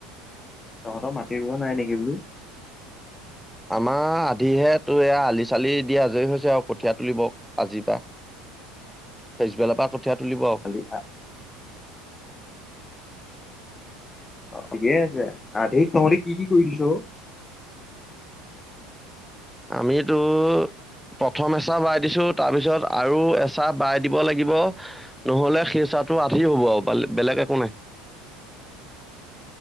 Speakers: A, on the left; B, in the centre.
A: তহঁতৰ মাটি ৰুৱা নাই নেকি বোলো?
B: আমাৰ আধিহে, তোৰ এইয়া আলি চালি দিয়া আজৰি হৈছে আও কঠীয়া তুলিব আজিৰ পা, পিছবেলাৰ পা কঠিয়া তুলিব আও
A: <unintelligible> অ অ ঠিকেই আছে, আধিত তহঁতি কি কি কৰি দিছ অ?
B: আমি তো প্ৰথম এচাহ বাই দিছো তাৰপিছত আৰু এচাহ বাই দিব লাগিব - নহলে সেই চাহটো আধি হ'ব আও বেলেগ একো নাই